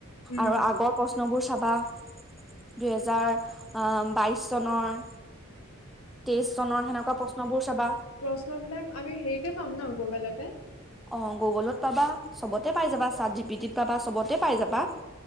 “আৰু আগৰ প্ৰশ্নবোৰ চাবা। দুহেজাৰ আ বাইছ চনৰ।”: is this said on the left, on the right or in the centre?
Centre